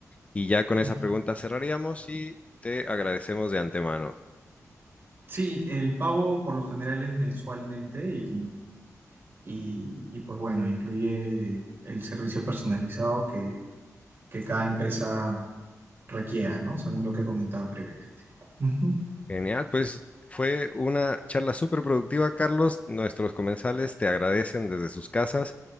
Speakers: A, on the left; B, on the right.
A: Y ya con
B: Ujú.
A: esa pregunta cerraríamos y te agradecemos de antemano.
B: Sí, el pago por lo general es mensualmente y, y- y, pues bueno, incluye el servicio personalizado que, que cada empresa requiera, ¿no? Según lo que he comentado previamente. Ujú.
A: Genial, pues fue una charla súper productiva, Carlos. Nuestros comensales te agradecen desde sus casas.